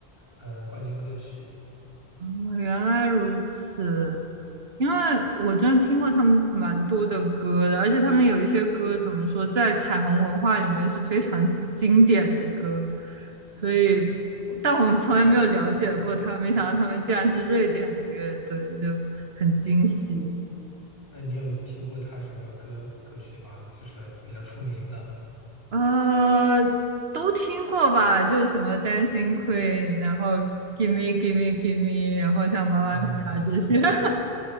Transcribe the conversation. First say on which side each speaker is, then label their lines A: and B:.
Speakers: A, on the left (about 60°); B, on the right (about 75°).
A: 呃冠军歌曲。
B: 啊原来如此，因为我真的听过他们蛮多的歌的，而且他们有一些歌怎么说，在彩虹文化里面是非常 <laughs> 经典的歌，所以，但我们从来没有了解过他们，没想到他们竟然是瑞典的乐队，就很惊喜。
A: 那你有听过他什么歌歌曲吗？就是比较出名的。
B: 呃，都听过吧？就是什么《Dancing Queen》，然后《Give Me Give Me Give Me》，然后像《妈妈咪呀》这些
A: 哦，<laughs>
B: <laughs>